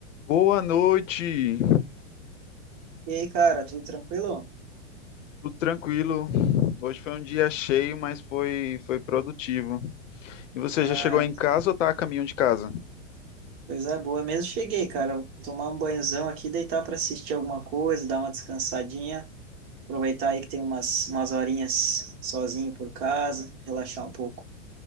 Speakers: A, on the left; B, on the right.
A: Boa noite,
B: E aí, cara, tudo tranquilo?
A: tudo tranquilo. Hoje foi um dia cheio, mas foi, foi produtivo. E você
B: Ah,
A: já chegou em casa ou tá a caminho de casa?
B: coisa boa mesmo. Cheguei, cara. Vou tomar um banhozão aqui, deitar para assistir alguma coisa, dar uma descansadinha. Aproveitar aí que tem umas, umas horinhas sozinho por casa, relaxar um pouco.